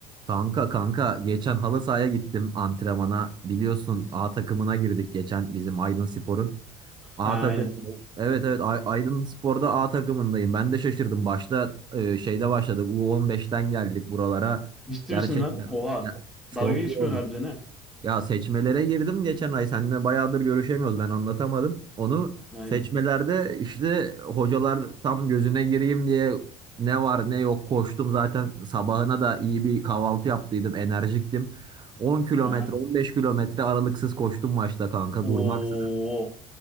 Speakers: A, on the right; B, in the centre.
A: Kanka kanka geçen halı sahaya gittim antrenmana. Biliyorsun A takımına girdik geçen bizim Aydın Spor'un. A
B: Ha
A: takımında.
B: aynen.
A: Evet evet A- Aydın Spor'da A takımındayım. Ben de şaşırdım. Başta e, şeyde başladık. U15'ten geldik buralara.
B: Ciddi
A: Gerçekten
B: misin lan? Oha.
A: ya, çok
B: Dalga geçmiyorsun
A: iyi oldu.
B: harbiden ha.
A: Ya seçmelere girdim geçen ay. Seninle bayağıdır görüşemiyoruz. Ben anlatamadım. Onu
B: Aynen.
A: seçmelerde işte hocalar tam gözüne gireyim diye ne var ne yok koştum. Zaten sabahına da iyi bir kahvaltı yaptıydım. Enerjiktim. 10 kilometre
B: Aha.
A: 15 kilometre aralıksız koştum maçta kanka
B: Oo.
A: durmaksızın.